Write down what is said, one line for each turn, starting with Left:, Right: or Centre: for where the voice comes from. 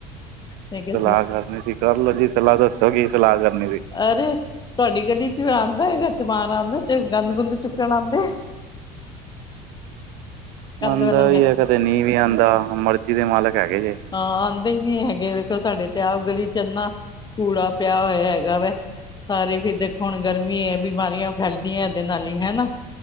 Left: ਮੈਂ ਕਿਹਾ
Right: ਸਲਾਹ ਕਰਨੀ ਸੀ ਕਰ ਲਓ ਜੀ ਸਲਾਹ ਦੱਸੋਂ ਕੀ ਸਲਾਹ ਕਰਨੀ ਸੀ?
Left: ਅਰੇ ਤੁਹਾਡੀ ਗਲ਼ੀ ਚ ਆਂਦਾ ਹੈਗਾ ਚਮਾਰ ਆਂਦਾ ਤੇ ਗੰਦ- ਗੁੰਦ ਚੁੱਕਣ ਆਂਦੇ <inaudible>
Right: ਆਂਦਾ
Left: ਵਾਲੇ
Right: ਵੀ ਐ ਕਦੇ ਨੀ ਵੀ ਆਂਦਾ ਮਰਜ਼ੀ ਦੇ ਮਾਲਕ ਹੈਗੇ ਜੇ
Left: ਹਾਂ ਆਂਦੇ ਹੀ ਨੀ ਹੈਗੇ ਵੇਖੋ ਸਾਡੇ ਤੇ ਆਪ ਗਲ਼ੀ ਇਨ੍ਹਾਂ ਕੂੜਾ ਪਿਆ ਹੋਇਆਂ ਹੈਗਾ ਵਾ ਸਾਰੇ ਫ਼ੇਰ ਦੇਖੋਂ ਹੁਣ ਗਰਮੀ ਹੈ ਬਿਮਾਰੀਆਂ ਫੈਲਦੀਆਂ ਇਹਦੇ ਨਾਲ਼ ਹੀ ਹੈਨਾ